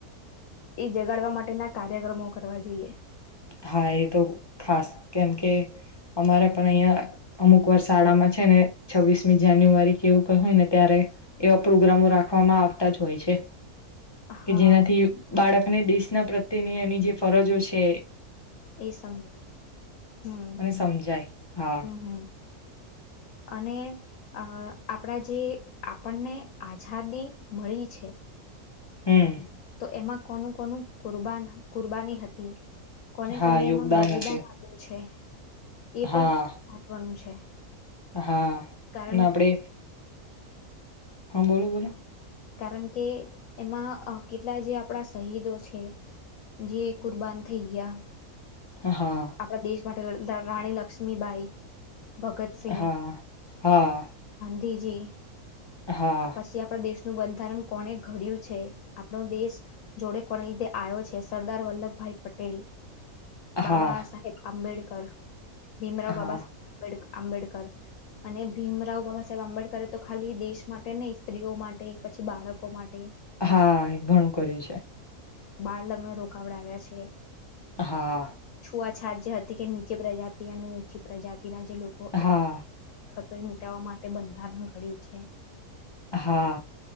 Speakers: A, on the left; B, on the left.
A: એ જગાડવા માટેના કાર્યક્રમો કરવા જોઈએ.
B: હા એ તો ખાસ કેમ કે અમારે પણ અહં અમુક વાર શાળામાં છે, ને છવ્વીસમી જાન્યુઆરી કે એવું ક હોય ને ત્યારે એવા પ્રોગ્રામો રાખવામાં આવતા જ હોય છે.
A: હા
B: કે જેનાથી બાળક અને દેશના પ્રત્યેની એની જે ફરજો છે. છે
A: એ સમ હમ્મ
B: અને સમજાય હા
A: હમ્મ અને આ આપડા જે આપણને આઝાદી મળી છે.
B: હમ્મ
A: તો એમાં કોનું કોનું કુરબ કુરબાની હતી, કોને
B: હા
A: કોને
B: યોગદાન
A: એમાં બલિદાન
B: હતું
A: આપ્યું છે, એ
B: હા
A: પણ મહત્વનું છે
B: હા,
A: કારણ
B: અને આપડે
A: કે
B: હા, બોલો બોલો
A: કારણ કે એમાં કેટલા જે આપણા શહીદો છે, જે કુરબાન થઈ ગયા
B: હ હા
A: આપણા દેશ માટે રાણી લક્ષ્મીબાઈ ભગતસિંહ
B: હા હા
A: જી જી
B: હા
A: પછી આપણા દેશ નું બંધારણ કોને ઘડ્યું છે આપણો દેશ જોડે કોને લીધે આવ્યો છે સરદાર વલ્લભભાઈ પટેલ બાબા
B: હા
A: આંબેડકર ભીમરાવ
B: હા
A: બાબા સાહેબ આંબેડકર આંબેડકર અને ભીમરાવ બાબા સાહેબ આંબેડકરે તો ખાલી દેશ માટે નહી સ્ત્રીઓ માટે પછી બાળકો માટે
B: હા ઘણું કર્યું છે
A: બાળ લગ્ન રોકાવડા આવ્યા છે
B: હા
A: આ છાત જે હતી કે નીચે પ્રજાતિ અને ઊંચી પ્રજાતિ જે લોકો
B: હા
A: તો એ મટાવા માટે બંધારણ ઘડ્યું છે
B: હા